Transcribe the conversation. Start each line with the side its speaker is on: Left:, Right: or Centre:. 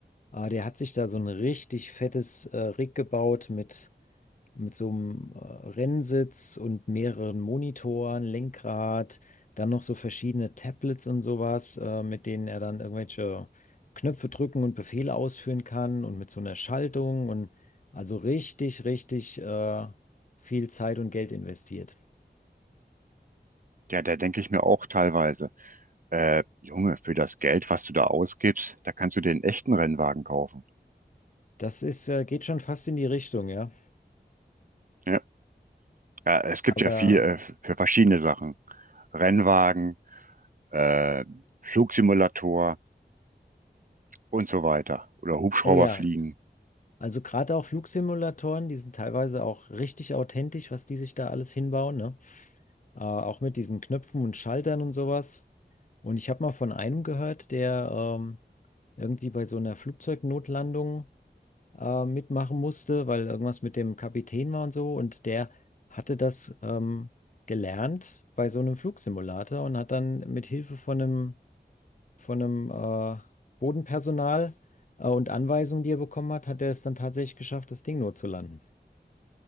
Left: Äh, der hat sich da so ein richtig fettes, äh, Rig gebaut mit mit so einem äh, Rennsitz und mehreren Monitoren, Lenkrad, dann noch so verschiedene Tablets und sowas, äh, mit denen er dann irgendwelche Knöpfe drücken und Befehle ausführen kann und mit so einer Schaltung und also richtig, richtig äh, viel Zeit und Geld investiert.
Right: Ja, da denke ich mir auch teilweise. Äh, Junge, für das Geld, was du da ausgibst, da kannst du dir einen echten Rennwagen kaufen.
Left: Das ist, äh, geht schon fast in die Richtung, ja.
Right: Ja, ja es gibt
Left: Aber,
Right: ja viel äh, für verschiedene Sachen. Rennwagen, äh, Flugsimulator und so weiter. Oder Hubschrauber
Left: oh ja,
Right: fliegen.
Left: also gerade auch Flugsimulatoren, die sind teilweise auch richtig authentisch, was die sich da alles hinbauen, ne? äh, auch mit diesen Knöpfen und Schaltern und sowas. Und ich habe mal von einem gehört, der ähm, irgendwie bei so einer Flugzeugnotlandung äh, mitmachen musste, weil irgendwas mit dem Kapitän war und so. Und der hatte das ähm, gelernt bei so einem Flugsimulator und hat dann mit Hilfe von einem, von einem äh, Bodenpersonal äh, und Anweisungen, die er bekommen hat, hat er es dann tatsächlich geschafft, das Ding notzulanden.